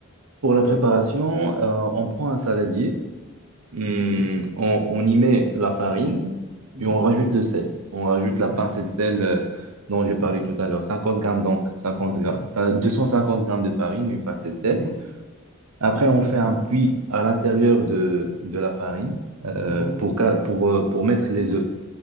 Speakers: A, on the right (about 80°); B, on the right (about 50°).
A: pour la préparation, euh, on prend un saladier. Hum,
B: Ok.
A: on, on y met la farine
B: Mhm.
A: et on rajoute le sel. On rajoute la
B: Mhm.
A: pincée de sel euh, dont j'ai parlé tout à l'heure. 50 grammes donc, 50 gra- ça- 250 grammes de farine, une pincée de sel.
B: Mhm.
A: Après,
B: Mhm.
A: on fait un puits à l'intérieur de, de la farine euh,
B: Mhm.
A: pour, ca- pour, euh, pour mettre les œufs.